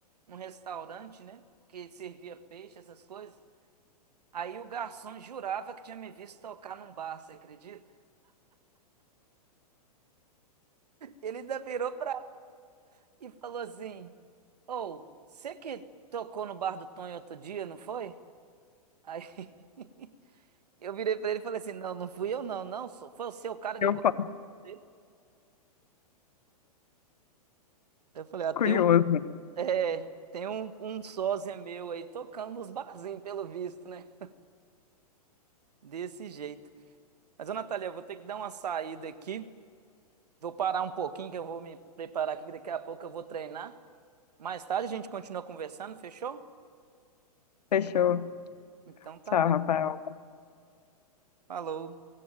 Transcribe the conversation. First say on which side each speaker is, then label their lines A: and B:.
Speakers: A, on the right (about 80°); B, on the left (about 80°).
A: num restaurante, né? Que servia peixe, essas coisas. Aí o garçom jurava que tinha me visto tocar num bar, você acredita? Ele ainda virou pra e falou assim: Ô, você que tocou no bar do Tonho outro dia, não foi? Aí <laughs> eu virei pra ele e falei assim: Não, não fui eu, não, não, só foi o seu cara era
B: Eu
A: igual
B: fico
A: a você. Eu falei: Ah, tem
B: curioso.
A: um, é, tem um, um sósia meu aí tocando nos barzinhos, pelo visto, né? Desse jeito. Mas, ô Natália, eu vou ter que dar uma saída aqui. Vou parar um pouquinho que eu vou me preparar aqui, que daqui a pouco eu vou treinar. Mais tarde a gente continua conversando, fechou?
B: Fechou.
A: Então tá
B: Tchau,
A: bom.
B: Rafael.
A: Falou.